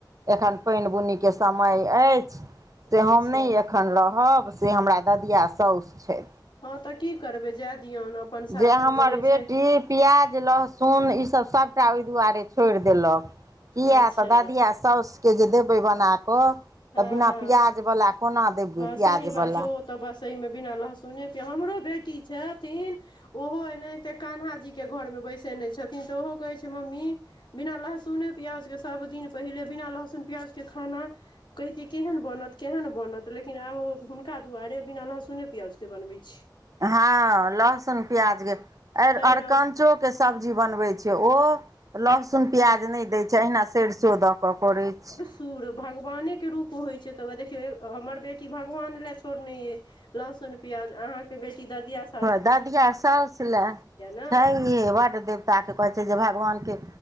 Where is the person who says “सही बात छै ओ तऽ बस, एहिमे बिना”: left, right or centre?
Left